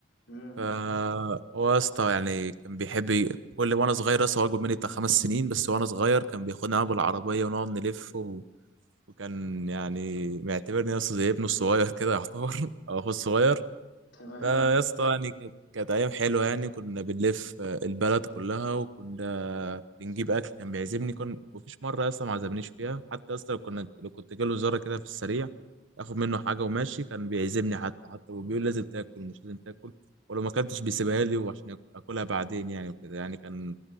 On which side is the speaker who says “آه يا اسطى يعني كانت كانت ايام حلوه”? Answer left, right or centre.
Right